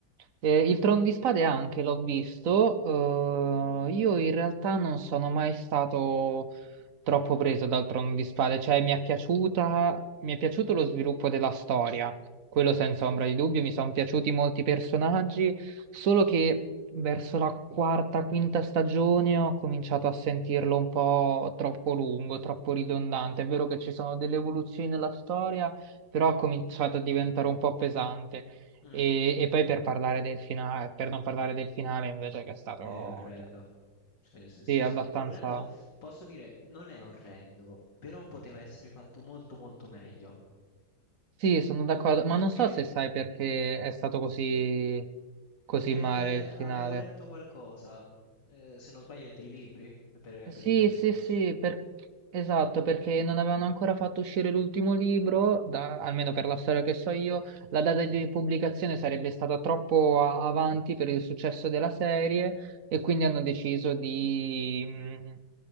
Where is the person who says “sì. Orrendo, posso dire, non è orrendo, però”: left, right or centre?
Left